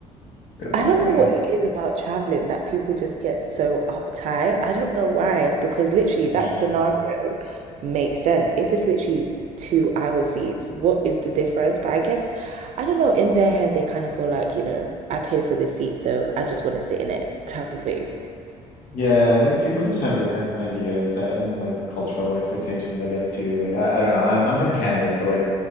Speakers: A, on the left; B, on the right.
A: it's really
B: I
A: annoying.
B: don't know what it is about traveling that people just get so uptight. I don't know why, because literally
A: Yeah.
B: that scenario makes sense. If it's literally two aisle seats, what is the difference? But I guess, I don't know, in their head, they kind of feel like, you know, I pay for this seat, so I just want to sit in it type of thing.
A: Yeah, I guess people just have different ideas and like cultural expectations, I guess too. Like I, I don't know. I'm I'm from Canada, so like